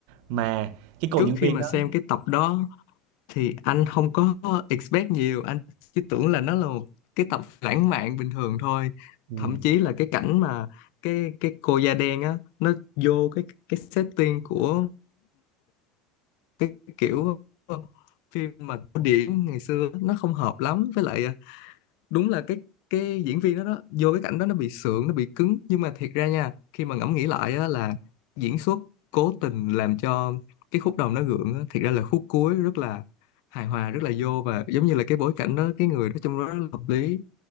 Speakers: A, on the right; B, on the left.
A: Mà cái cô
B: trước
A: diễn viên
B: khi mà
A: đó
B: xem cái tập đó thì anh không có expect nhiều anh chỉ tưởng là nó là một cái tập lãng mạn bình thường thôi
A: Ừ.
B: thậm chí là cái cảnh mà cái cái cô da đen á nó vô cái cái setting của cái kiểu ờ, phim mà cổ điển ngày xưa nó không hợp lắm với lại ờ, đúng là cái cái diễn viên đó đó vô cái cảnh đó nó bị sượng nó bị cứng nhưng mà thiệt ra nha khi mà ngẫm nghĩ lại á, là diễn xuất cố tình làm cho cái khúc đầu nó gượng á, thiệt ra là khúc cuối rất là hài hòa rất là vô và giống như là cái bối cảnh đó cái người đó trong đó rất là hợp lý